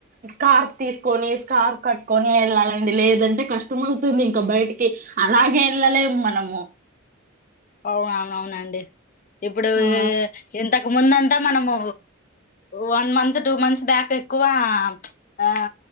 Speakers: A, on the right; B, on the left.
A: స్కార్ప్ తీసుకొని స్కార్ఫ్ కట్టుకొని వెళ్ళాలండి లేదంటే కష్టం అవుతుంది ఇంకా బయటికి అలాగే ఏళ్ళలేము మనము
B: అవు అ అవునండి ఇప్పుడు
A: ఆ
B: ఇంతకు ముందంత మనము one month two months back ఎక్కువ ఆ ఆ